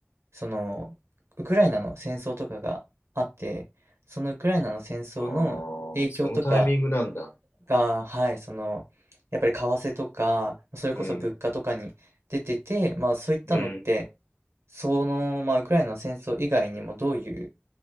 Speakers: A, on the right; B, on the left.
A: その、ウクライナの戦争とかがあって、そのウクライナの戦争の影響とか
B: ああー、そのタイミングなんだ。
A: が、はい、その、やっぱり為替とか、それこそ物価とかに出てて、
B: うん、
A: まあそういったのって、
B: うん。
A: その、まあウクライナの戦争以外にもどういう